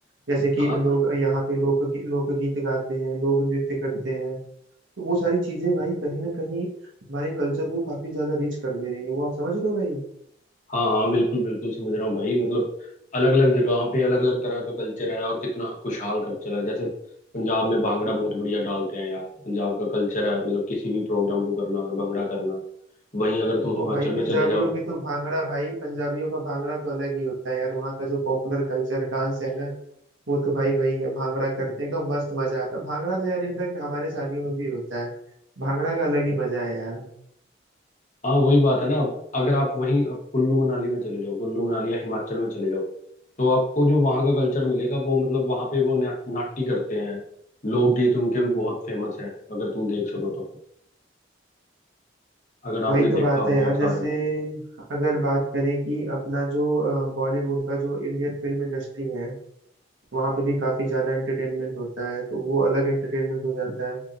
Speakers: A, on the right (about 90°); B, on the left (about 40°).
A: जैसे कि
B: हाँ
A: लोग यहाँ पे लोक लोकगीत गाते हैं लोग नृत्य करते हैं तो वो सारी चीजें भाई कहीं ना कहीं हमारे कल्चर को काफी ज्यादा रिच कर दे रही है वो आप समझ रहे हो भाई
B: हाँ हाँ बिल्कुल बिल्कुल समझ रहा हूँ भाई मतलब अलग अलग जगहों पे अलग अलग तरह का कल्चर है और कितना खुशहाल कल्चर है जैसे पंजाब में भांगड़ा बहुत बढ़िया डालते हैं यार पंजाब का कल्चर है मतलब किसी भी प्रोग्राम को करना और भंगड़ा करना वहीं अगर तुम
A: ओ
B: हिमाचल
A: भाई
B: में
A: पंजाबियों
B: चले जाओ
A: की तो भांगड़ा भाई पंजाबियों का भांगड़ा तो अलग ही होता है यार वहाँ का जो पॉपुलर कल्चर डांस है ना वो तो भाई वही है भांगड़ा करते हैं एकदम मस्त मजा आता है भांगड़ा तो यार इनफैक्ट हमारे शादियों में भी होता है भांगड़ा का अलग ही मजा है यार
B: हाँ वही बात है ना अगर आप वहीं अब कुल्लू मनाली में चले जाओ कुल्लू मनाली या हिमाचल में चले जाओ तो आपको जो वहाँ का कल्चर मिलेगा वो मतलब वहाँ पे वो ना, नाट्य करते हैं लोकगीत उनके भी बहुत फेमस हैं अगर तुम देख सको तो अगर आपने
A: वही
B: देखा
A: तो बात
B: हो
A: है
B: बहुत
A: यार जैसे
B: सारे
A: अगर बात करें कि अपना जो बॉलीवुड का जो इंडियन फिल्म इंडस्ट्री है वहाँ पे भी काफी ज्यादा एंटरटेनमेंट होता है तो वो अलग एंटरटेनमेंट हो जाता है